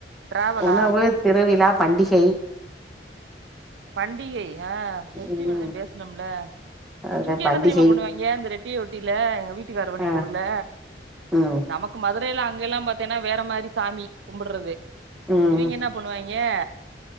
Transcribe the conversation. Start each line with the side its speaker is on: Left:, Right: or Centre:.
Right: டிராவலா
Centre: உணவு திருவிழா பண்டிகை
Right: பண்டிகை ஆ பெஸ்டிவல்தா
Centre: ம்
Right: பேசனும்ல
Centre: அதா
Right: இங்க என்ன
Centre: பண்டிகை
Right: தெரியுமா பண்ணுவாங்க இந்த ரெட்டிய ஒட்டியில எங்க வீட்டுக்கார வழி
Centre: ஆ
Right: ஊர்ல
Centre: ம்
Right: நமக்கு மா மதுரையில அங்க எல்லா பாத்தீனா வேற மாரி சாமி கும்பறது
Centre: ம்
Right: இவிங்க என்ன பண்ணுவாங்க ஏ